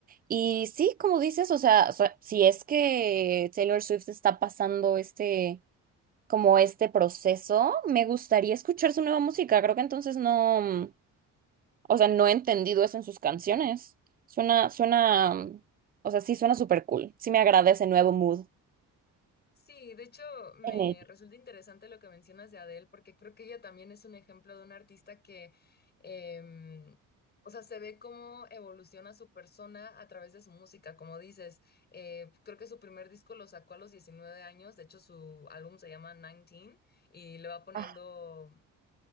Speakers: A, on the right; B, on the left.
A: Y sí, como dices, o sea, o sea, si es que Taylor Swift está pasando este, como este proceso, me gustaría escuchar su nueva música. Creo que entonces no. mm, o sea, no he entendido eso en sus canciones. Suena, suena, mm, o sea, sí suena súper cool. Sí me agrada ese nuevo mood
B: Sí, de hecho me
A: en ella.
B: resulta interesante lo que mencionas de Adele, porque creo que ella también es un ejemplo de una artista que, em, o sea, se ve cómo evoluciona su persona a través de su música, como dices. eh, creo que su primer disco lo sacó a los 19 años, de hecho su álbum se llama 19 y le va poniendo
A: Ah,